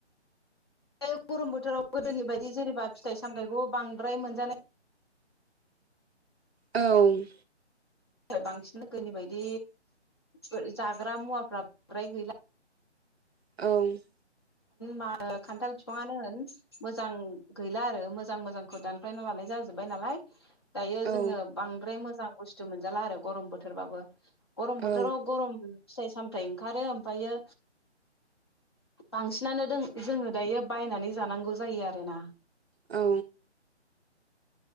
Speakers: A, on the left; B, on the right.
A: बे गरम बोथोराव गोदोनि बायदि जेनेबा फिथाइ सामथायइखौ बांद्राय मोनजानाय
B: औ
A: <unintelligible> बांसिन गोदोनि बायदि ओ जाग्रा मुवाफ्रा फ्राय गैला।
B: औ
A: मा खान्थाल बिफाङानो होन मोजां गैला आरो मोजां मोजांखौ दानफायना लानाय जाजोब्बाय नालाय दायो
B: औ
A: जोङो बांद्राय मो मोजां बुस्थु मोनजाला आरो गरम बोथोरबाबो। गरम
B: औ
A: बोथोराव गरम फिथाइ सामथाइ ओंखारो ओमफायो बांसिनानो दों जोङो दायो बायनानै जानांगौ जायो आरोना।
B: औ